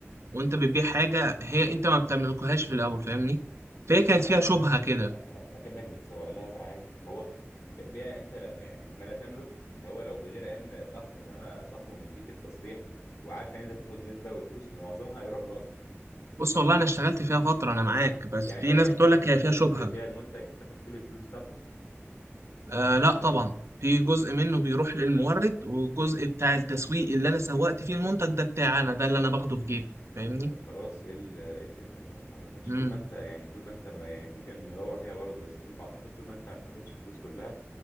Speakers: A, on the right; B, on the left.
A: وانت بتبيع حاجة هي انت ما بتملكهاش في الاول فاهمني فهي
B: لا
A: كانت فيها
B: انت
A: شبهة
B: أك-
A: كده
B: أك- اكنك بتسوق لها لا عادي ما هو ب- بيع انت لا يعني ما لا تملك اللي هو لو بغير علم صاحبه انما صاحبه مديك التصريح وعارف ان انت تاخد نسبه والفلوس معظمها هيروح له اصلا
A: بص
B: انت فاهمني
A: والله انا اشتغلت فيها فترة انا معاك بس
B: يعني
A: في
B: انت يعني
A: ناس بتقول
B: انت كنت
A: لك
B: انت
A: هي فيها
B: كنت
A: شبهة
B: بتبيع المنتج بتاخد كل الفلوس بتاعته
A: آه لا طبعا في جزء منه بيروح للمورد والجزء بتاع التسويق اللي انا سوقت فيه المنتج ده بتاعي انا ده اللي انا باخده في جيبي فاهمني
B: طب خلاص ايه ال- إيه الفكرة لا ما تاخدش
A: امم
B: طول ما انت يعني طول ما انت ما يعني ممكن ندور فيها برضه بس طول اعتقد طول ما انت ما بتاخدش الفلوس كلها